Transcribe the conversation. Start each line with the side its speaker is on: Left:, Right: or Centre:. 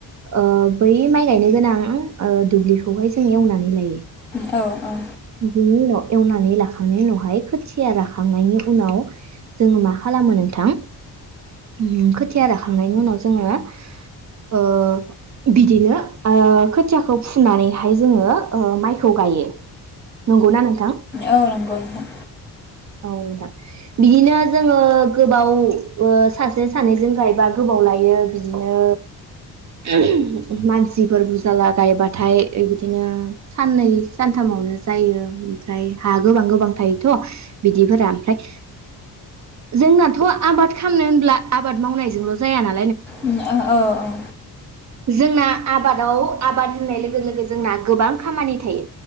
Right: ओ बै माइ गायनो गोनां ओ दुब्लिखौहाय जोंङो एवनानै लायो
Centre: औ औ
Right: बिनि उनाव एवनानै लाखांनायनि उनावहाय खोथिया राखांनायनि उनाव जोङो मा खालामो नोंथां ओ खोथिया राखांनायनि उनाव जोङो ओ बिदिनो ओ खोथियाखौ फुनानैहाय ओ जोङो माइखौ गायो नंगौना नोंथां
Centre: औ नंगौ नोंथां।
Right: औ नोथां बिदिनो जोङो गोबाव ओ सासे सानैजों गायबा गोबाव लायो बिदिनो <unintelligible> ओ मानसिफोर बुरजाला गायबाथाय बिदिनो साननै सानथामावनो जायो ओमफ्राय हा गोबां गोबां थायोथ' बिदिफोरा ओमफ्राय जोंनाथ' आबाद खामनो होनब्ला आबाद मावनायजोंल' जाया ना
Centre: उम ओ औ औ
Right: जोंना आबादाव आबाद होननाय लोगो लोगो जोंना गोबां खामानि थायो